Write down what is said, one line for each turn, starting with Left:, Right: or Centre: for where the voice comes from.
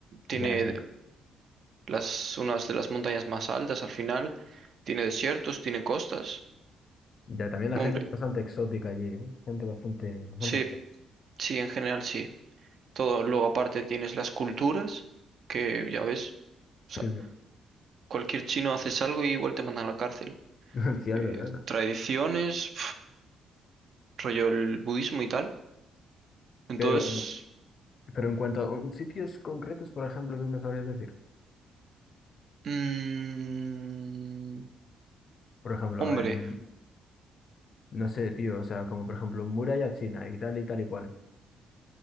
Right: tiene
Left: Ya,
Right: las unas de las montañas más altas al final, tiene desiertos, tiene costas.
Left: Ya, también la
Right: Hombre,
Left: gente es bastante exótica allí, ¿eh? Gente bastante, bastante
Right: sí,
Left: exótica.
Right: sí, en general sí. Todo, luego aparte tienes las culturas, que ya ves, o sea,
Left: Sí, sí.
Right: cualquier chino haces algo y igual te mandan a la cárcel.
Left: <laughs> cierto,
Right: Eh,
Left: cierto.
Right: tradiciones. rollo el budismo y tal. Entonces,
Left: Pero, pero en cuanto a um, sitios concretos, por ejemplo, tú me sabrías decir?
Right: mm,
Left: Por ejemplo,
Right: hombre,
Left: eh, no sé, tío, o sea, como por ejemplo muralla china y tal y tal y cual.